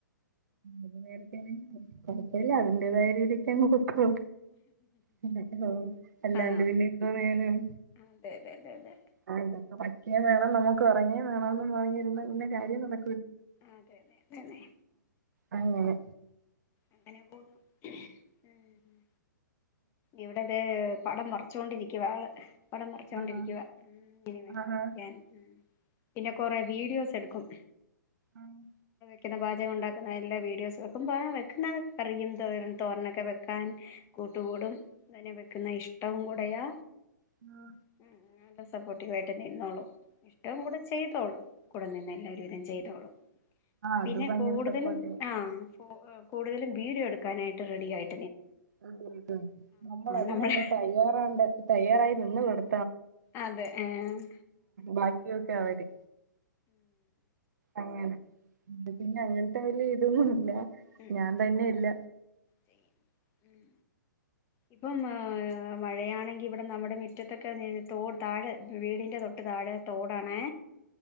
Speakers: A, on the right; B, on the left.
A: അത് നേരത്തെന്നെ കൊഴപ്പയില്ല അതിന്റേതായ രീതിക്ക് അങ്ങ് പൊയ് <unintelligible> അല്ലാണ്ട്
B: ആഹ്
A: പിന്നെ എന്തോന്ന് ചെയ്യാനാണ്
B: അതെ അതെ അതെ അതെ
A: ആ <unintelligible> പടിക്കെ വേണം നമുക്ക് ഒറങ്ങേ വേണമെന്ന് പറഞ്ഞിരുന്നാ പിന്നെ കാര്യം നട
B: അതെന്നെ അതന്നെ
A: അങ്ങെനെ
B: അങ്ങനെ പോവുന്നു ഉം ഇവിടെട് പിന്നെ പടം മറച്ചുകൊണ്ടിരിക്കുവാ ആള് പടം മറച്ചോണ്ടിരിക്കുവാ
A: ആഹാ
B: ഉം ഇനി വേണം
A: ആഹാ
B: കഴിക്കാന് ഉം പിന്നെ കൊറെ വീഡിയോസ് എടുക്കും.
A: ആഹ്
B: പിന്നെ പാചകം ഒണ്ടാക്കുന്ന എല്ലാ വീഡിയോസുകൾക്കും <unintelligible> <unintelligible> കറിയും തോരൻ തോരനൊക്കെ വെക്കാൻ കൂട്ടുകൂടും <unintelligible> വെക്കുന്നെ ഇഷ്ടവും കൂടെയാ.
A: ആ
B: ഉം നല്ല സപ്പോർട്ടീവായിട്ടന്നെ ഇരുന്നോളും എന്റെ കൂടെ ചെയ്തോളും കൂടെ നിന്നെല്ലാവൊരുവിധം ചെയ്തോളും പിന്നെ
A: അത് ഭയങ്കര
B: കൂടുതലും
A: സപ്പോർട്ടീവാ
B: ആ കൂടുതല് വീഡിയോ എടുക്കാനായിട്ട് റെഡിയായി
A: അതെതെ നമ്മളതിനങ്ങ്
B: നമ്മള്
A: തയ്യാറാണ് തയ്യാറായി നിന്ന് കൊടു
B: അതെ ആഹ്
A: ബാക്കിയൊക്കെ അവര് അങ്ങനെ അത് പിന്നെ അങ്ങനത്തെ വലിയ ഇതൊന്നുമില്ല
B: ഉം
A: ഞാൻ
B: ഉം
A: തന്നെ ഇല്ല
B: ചെയ്യും ഉം ഇപ്പം ഏ മഴയാണെങ്കി ഇവിടെ നമ്മുടെ മുറ്റത്തൊക്കെ തോട് താഴെ വീടിന്റെ തൊട്ട് താഴെ തോടാണ്